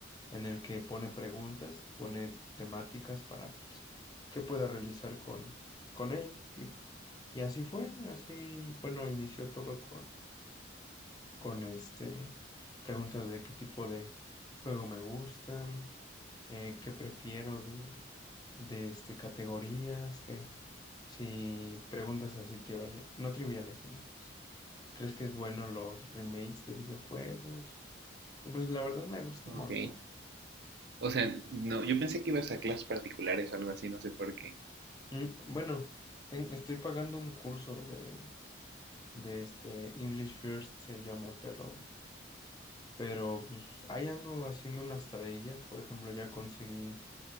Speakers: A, on the left (about 20°); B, on the right (about 55°).
A: en el que pone preguntas y pone temáticas para pues que pueda realizar con, con él. Y, y así fue, así, bueno, inició todo con con este preguntas de qué tipo de juego me gustan, eh, qué prefiero de, de este categorías, que si preguntas así triviales, no triviales, sino pues, ¿crees que es bueno los remakes de videojuegos? Y pues la verdad me gusta
B: Ok.
A: un montón.
B: O sea, no, yo pensé que ibas a clases particulares o algo así, no sé por qué.
A: Mm, bueno, ten- estoy pagando un curso de, de este English First se llama, pero pero pues ahí ando haciendo unas tareillas, por ejemplo, ya conseguí